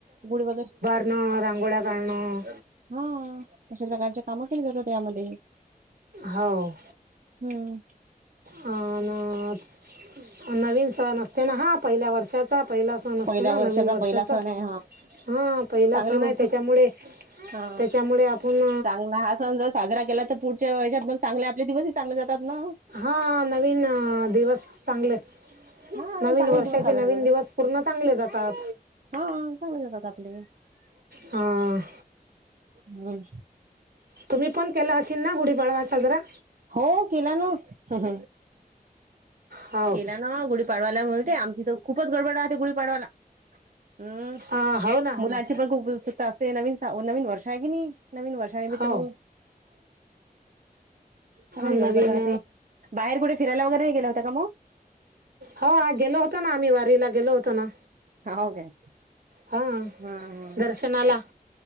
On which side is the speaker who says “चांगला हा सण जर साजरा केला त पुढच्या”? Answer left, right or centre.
Right